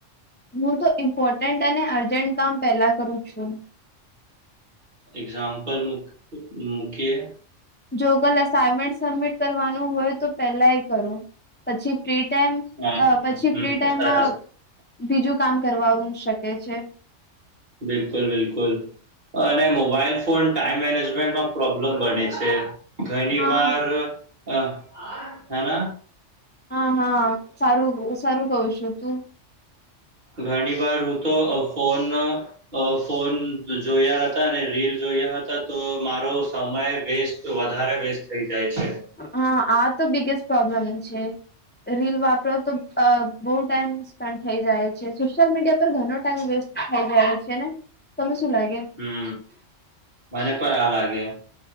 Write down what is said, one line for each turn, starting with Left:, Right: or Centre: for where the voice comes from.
Left: હું તો ઇમ્પોર્ટન્ટ અને અર્જન્ટ કામ પેલા કરું છું
Right: એક્ઝામ્પલ મૂક મૂકીએ
Left: જો કોલ અસાઈનમેન્ટ સબમિટ કરવાનું હોય તો પેલા એ કરું પછી ફ્રી ટાઈમ
Right: હા,
Left: અ પછી
Right: હમ,
Left: ફ્રી ટાઈમમાં
Right: સરસ.
Left: બીજું કામ કરવાનું શકે છે.
Right: બિલકુલ બિલકુલ. અને મોબાઈલ ફોન ટાઈમ મેનેજમેન્ટમાં પ્રોબ્લેમ બને છે. ઘણી
Left: હા
Right: વાર અ હેન?
Left: હા હા સારું સારું કઉ છું તું
Right: ઘણી વાર રુતો ફોન અ ફોન જોયા હતા અને રીલ જોયા હતા તો મારો સમય વેસ તો વધારે વેસ્ટ થઈ જાય છે.
Left: હા આ તો બિગેસ્ટ પ્રોબ્લેમ છે. રીલ વાપરો તો અ બો ટાઈમ સ્પેન્ડ થઈ જાય છે, સોશિયલ મીડિયા પર ઘણ ટાઈમ વેસ થય જાય છે, ને તમે શું લા
Right: હમ મને પણ આ લાગે